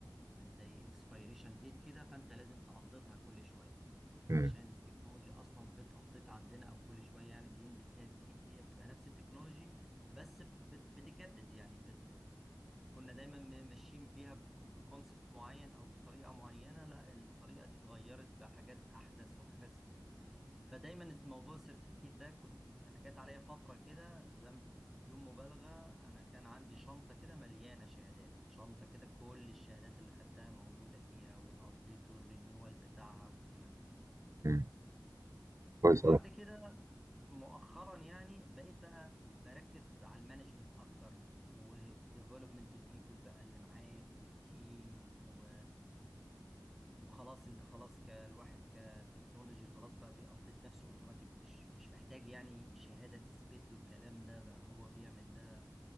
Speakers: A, in the centre; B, on the right.
A: آه، زي اكسبيريشن ديت كده فانت لازم تقضيتها كل شويه عشان
B: مم.
A: التكنولوجيا اصلا بتقطيت عندنا او كل شويه يعني بينزل فيها جديد هي بتبقى نفس التكنولوجي بس بت- بتتجدد يعني بت كنا دايما م- ماشيين بيها بك- بكونسبت معين او بطريقه معينه لا الطريقه دي اتغيرت بحاجات احدث وحاجات فدايما موضوع السيرتيفيكيت ده كنت انا جات عليا فتره كده زم بدون مبالغه انا كان عندي شنطه كده مليانه شهادات شنطه كده كل الشهادات اللي خدتها موجوده فيها والابديت والرينيوال بتاعها والكلام ده
B: مم. كويس
A: وبعد
B: أوي
A: كده مؤخرا يعني بقيت بقى بركز على المانجمنت اكتر وديفلوبمنت البيبول بقى اللي معاك والتيم و... وخلاص انت خلاص كالواحد كتكنولوجي خلاص بقى بيقطط نفسه اوتوماتيك مش مش محتاج يعني شهادة تثبت له الكلام ده بقى هو بيعمل ده